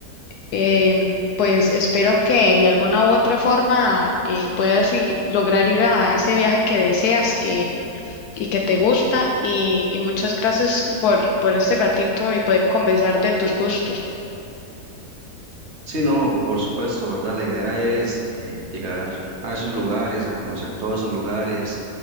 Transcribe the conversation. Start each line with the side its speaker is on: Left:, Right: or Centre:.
Left: Em, pues espero que de alguna u otra forma eh, puedas i- lograr ir a ese viaje que deseas que, y que te gusta y, y muchas gracias por, por este ratito y poder conversar de tus gustos.
Right: Sí, no, por supuesto, ¿verdad? La idea es eh, llegar a esos lugares, a conocer todos esos lugares,